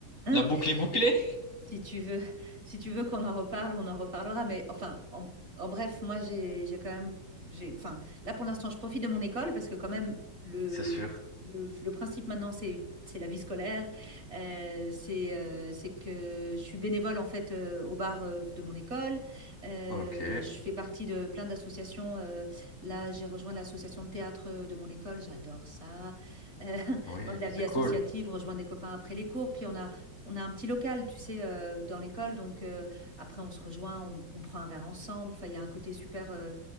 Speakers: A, on the left; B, on the right.
A: La boucle
B: <laughs>
A: est bouclée.
B: Si tu veux, <laughs> si tu veux qu'on en reparle, on en reparlera. Mais enfin, en, en bref, moi, j'ai, j'ai quand même, j'ai, enfin, là pour l'instant, je profite de mon école parce que quand même, le,
A: C'est sûr.
B: le, le principe maintenant, c'est, c'est la vie scolaire. Euh, c'est, euh, c'est que je suis bénévole en fait euh, au bar euh, de mon école. Euh,
A: Ok.
B: je fais partie de plein d'associations. euh, là, j'ai rejoint l'association de théâtre euh, de mon école. J'adore ça. Euh, <laughs>
A: Oui,
B: la
A: c'est
B: vie associative,
A: cool.
B: rejoindre des copains après les cours. Puis on a on a un petit local, tu sais, euh, dans l'école, donc euh, après on se rejoint, on, on prend un verre ensemble. Enfin, il y a un côté super, euh,